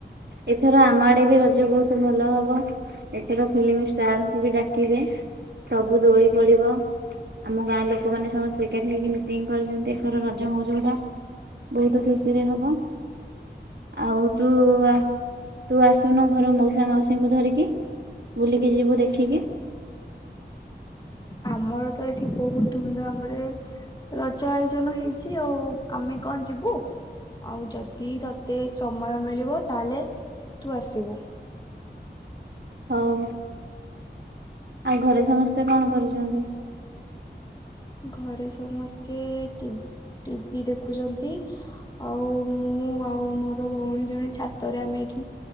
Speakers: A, on the right; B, on the left.
A: ଏଥର ଆମ ଆଡେ ବି ରଜ ବହୁତ ଭଲ ହବ। ଏଥର ଫିଲ୍ମ ଷ୍ଟାର କୁ ବି ଡାକିବେ ସବୁ ଦୋଳି ପଡିବ। ଆମ ଗାଁର ଲୋକମାନେ ସମସ୍ତେ ଏକାଠି ହେଇକି ମିଟିଂ କରିଛନ୍ତି ଏଥର ରଜ ମଉଜ ହେବ। ବହୁତ ଖୁସିରେ ହବ ଆଉ ତୁ ଆ ତୁ ଆସୁନୁ ଘର ମଉସା ମାଉସୀଙ୍କୁ ଧରିକି ବୁଲିକି ଯିବୁ ଦେଖିକି।
B: ଆମର ତ ଏଇଠି ବହୁତ ଧୁମ୍ ଧାମ୍ ରେ ରଜ ଆୟୋଜନ ହେଇଛି ଆଉ ଆମେ କଣ ଯିବୁ। ଆଉ ଯଦି ତତେ ସମୟ ମିଳିବ ତାହେଲେ ତୁ ଆସିବୁ।
A: ହଉ। ଆଉ ଘରେ ସମସ୍ତେ କଣ କରୁଛନ୍ତି।
B: ଘରେ ସମସ୍ତେ ଟିଭି ଦେଖୁଛନ୍ତି। ଆଉ ମୁଁ ଆଉ ମୋର ଭଉଣୀ ଜଣେ ଛାତରେ ଆମେ ଏଇଠି